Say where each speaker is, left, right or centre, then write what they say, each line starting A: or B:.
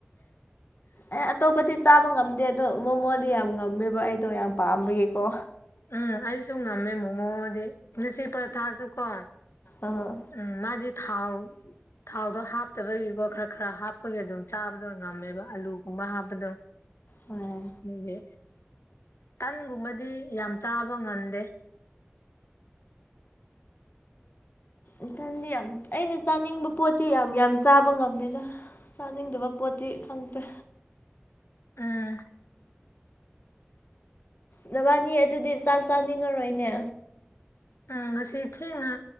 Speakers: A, on the left; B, on the left.
A: ꯑꯦ ꯑꯇꯣꯞꯄꯗꯤ ꯆꯥꯕ ꯉꯝꯗꯦ ꯑꯗꯣ ꯃꯣꯃꯣꯗꯤ ꯌꯥꯝ ꯉꯝꯃꯦꯕ ꯑꯩꯗꯣ ꯌꯥꯝ ꯄꯥꯝꯕꯒꯤꯀꯣ
B: ꯎꯝ ꯑꯩꯁꯨ ꯉꯝꯃꯦ ꯃꯣꯃꯣꯗꯤ ꯂꯤꯁꯤ ꯄꯔꯥꯊꯥꯁꯨ ꯀꯣ
A: ꯑꯥ
B: ꯎꯝ ꯃꯥꯗꯤ ꯊꯥꯎ ꯊꯥꯎꯗꯣ ꯍꯥꯞꯇꯕꯒꯤꯀꯣ ꯈꯔ ꯈꯔ ꯍꯥꯞꯄꯒꯤ ꯑꯗꯨꯝ ꯆꯥꯕꯗꯣ ꯉꯝꯃꯦꯕ ꯑꯂꯨꯒꯨꯝꯕ ꯍꯥꯞꯄꯗꯣ
A: ꯍꯣꯏ
B: ꯑꯗꯨꯗꯤ ꯇꯟꯒꯨꯝꯕꯗꯤ ꯌꯥꯝ ꯆꯥꯕ ꯉꯝꯗꯦ
A: ꯏꯊꯟꯗꯤ ꯌꯥꯝ ꯑꯩꯅ ꯆꯥꯅꯤꯡꯕ ꯄꯣꯠꯇꯤ ꯌꯥꯝ ꯌꯥꯝ ꯆꯥꯕ ꯉꯝꯃꯦꯗ ꯆꯥꯅꯤꯡꯗꯕ ꯄꯣꯠꯇꯤ ꯈꯪꯗ꯭ꯔꯦ
B: ꯑꯪ
A: ꯅꯕꯥꯅꯤ ꯑꯗꯨꯗꯤ ꯆꯥꯛ ꯆꯥꯅꯤꯡꯉꯔꯣꯏꯅꯦ
B: ꯎꯝ ꯉꯁꯤ ꯊꯦꯡꯅ